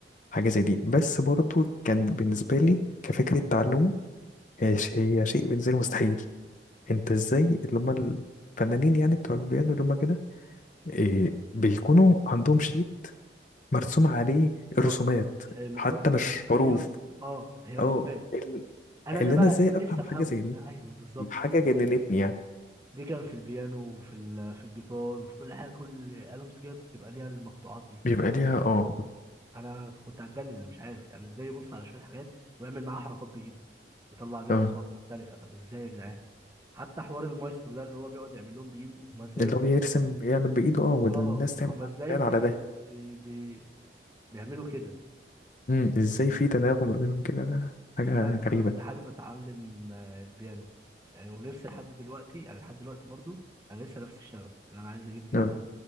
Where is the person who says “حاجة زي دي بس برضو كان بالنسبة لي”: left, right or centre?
Left